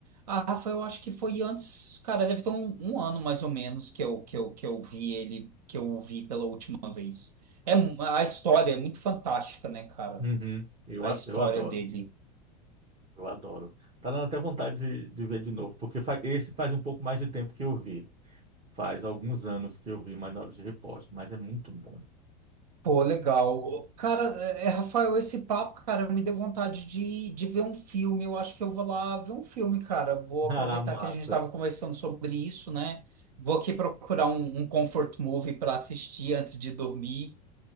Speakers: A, on the right (about 70°); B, on the right (about 30°).
A: Ah, Rafa, eu acho que foi antes, cara, deve ter um, um ano mais ou menos que eu, que eu, que eu vi ele, que eu o vi pela última vez. É, mu- a história é muito fantástica, né, cara?
B: Uhum. Eu,
A: A
B: a-
A: história
B: eu adoro.
A: dele.
B: Eu adoro. Tá dando até vontade de, de ver de novo, porque fa- esse faz um pouco mais de tempo que eu vi. Faz alguns anos que eu vi Minority Report, mas é muito bom. <laughs>
A: Pô, legal. Cara, é, é, Rafael, esse papo, cara, me deu vontade de, de ver um filme. Eu acho que eu vou lá ver um filme, cara. Vou aproveitar
B: Ah, massa.
A: que a gente estava conversando sobre isso, né? Vou aqui procurar um, um comfort movie para assistir antes de dormir,